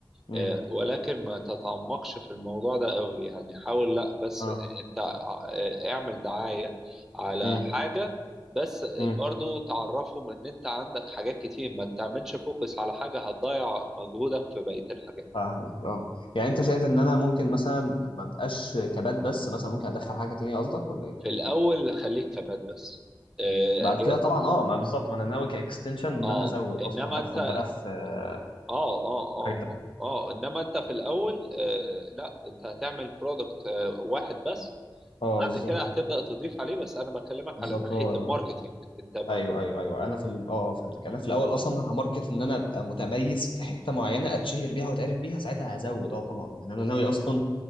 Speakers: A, on the left (about 80°); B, in the centre.
A: مم.
B: آه، ولكن ما تتعمقش في الموضوع ده قوي يعني حاول لا بس
A: اه
B: انت ع- آه، اعمل دعاية على
A: مم.
B: حاجة بس
A: مم.
B: برضو تعرفهم ان انت عندك حاجات كتير ما تعملش فوكس على حاجة هتضيع مجهودك في بقية الحاجات
A: فاهمك اه يعني انت شايف ان انا ممكن مثلا ما ابقاش كبات بس مثلا ممكن ادخل حاجه تانية قصدك ولا ايه
B: في الاول خليك كبات بس آه،
A: بعد
B: هي
A: كده طبعا اه ما بالظبط ما انا ناوي كاكستنشن ان
B: اه
A: انا ازود
B: انما
A: اصلا
B: انت
A: ادخل
B: اه
A: بقى في آه،
B: اه اه
A: حاجه تانية
B: اه آه، انما انت في الاول آه لا انت هتعمل برودكت آه واحد بس
A: اه بالظبط
B: كده هتبدأ تضيف عليه بس انا بكلمك
A: بالظبط
B: على ناحية
A: هو ده
B: الماركتينج انت ما
A: ايوه ايوه ايوه انا في ال... اه آه، فهمتك انا في الاول
B: اه
A: اصلا هماركت ان انا ابقى متميز في حته معينه اتشهر بيها واتعرف بيها ساعتها هزود اه طبعا يعني انا
B: بالظبط
A: ناوي اصلا